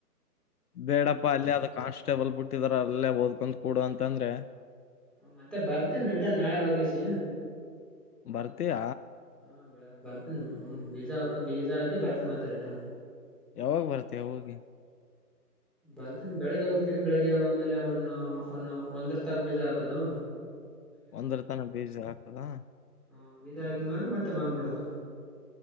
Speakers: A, on the left; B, in the centre.
A: ಬೇಡಪ್ಪಾ
B: ಹೋಗ್ಬೇಕು
A: ಅಲ್ಲಿ ಆದ ಕಾನ್ಸ್ಟೇಬಲ್ ಬಿಟ್ಟ <unintelligible> ಅಲ್ಲೇ ಓದ್ಕೊಂಡು ಕೂಡು ಅಂತ ಅಂದ್ರೆ
B: ಹಾ ಮತ್ತೆ ಬರ್ತೀನಿ ರಿಟರ್ನ್ ನಾಳೆ ಹೋಗಿಸಿ
A: ಬರ್ತೀಯ
B: ಹಾ ಬೆಳಗ್ಗೆ ಬರ್ತನಿ ಹ್ಮ್ ಬೀಜ ಹಾಕ ಬೀಜ ಹಾಕಿ ಬರ್ತನಿ ಮತ್ತ ರಿಟರ್ನ್
A: ಯಾವಾಗ ಬರ್ತೀಯ ಹೋಗಿ
B: ಬರ್ತೇನಿ ಬೆಳಿಗ್ಗೆ ಹೋಗ್ತೇನಿ ಬೆಳಿಗ್ಗೆ ಒಂದ್ಮೇಲೆ ಒಂದ ಹಫ್ನ್ ಒಂದರ ತಾಗ ಬೀಜ ಹಾಕದು
A: ಒಂದರ ತನ ಬೀಜ ಹಾಕದಾ
B: ಹ ಬೀಜ ಹಾಕಿದ ಮೇಲೆ ಮತ್ತೆ ಬಂದ್ಬಿಡೋದು